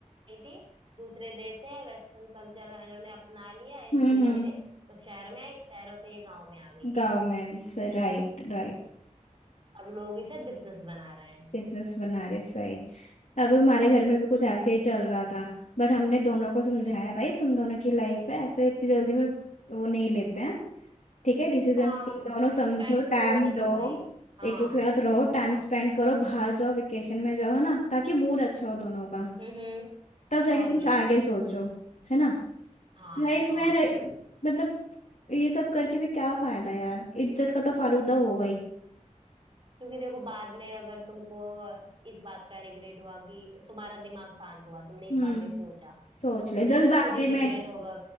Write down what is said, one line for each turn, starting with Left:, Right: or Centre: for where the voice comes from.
Right: नहीं थी दूसरे देश से वेस्टर्न कल्चर इन्होंने अपना लिया ऐसे
Left: हम्म
Right: धीरे
Left: हम्म
Right: धीरे तो शहर में आई शहरों से ये गांव में आ गई
Left: गाँव
Right: है
Left: में यार सही राइट राइट
Right: और लोग इसे बिजनेस बना रहे हैं
Left: बिजनेस बना रहे सही अब हमारे घर में भी कुछ ऐसे ही चल रहा था बट हमने दोनों को समझाया
Right: हम्म।
Left: भाई तुम दोनों की लाइफ है ऐसे इतनी जल्दी में वो नहीं लेते हैं ठीक है डिसीजन
Right: हाँ
Left: तुम दोनों
Right: कुछ
Left: समझो
Right: टाइम
Left: टाइम
Right: सोच लो
Left: दो
Right: भाई हाँ
Left: एक दूसरे के साथ रहो टाइम
Right: हाँ
Left: स्पेंड करो बाहर जाओ वेकेशन में जाओ है ना ताकि मूड अच्छा हो दोनों का
Right: हम्म हम्म
Left: तब जाके
Right: और
Left: कुछ
Right: क्या
Left: आगे सोचो है ना
Right: हाँ
Left: लाइफ
Right: हाँ
Left: में रह- मतलब ये सब करके भी क्या फायदा यार इज्जत का तो फालूदा हो गई
Right: क्योंकि देखो बाद में अगर तुमको इस बात का रिग्रेट हुआ कि तुम्हारा दिमाग शांत हुआ तुमने
Left: हम्म
Right: इस बारे में सोचा
Left: सोच
Right: तो
Left: ले
Right: तुमको
Left: जल्दबाजी
Right: खुद ही रिग्रेट
Left: में
Right: होगा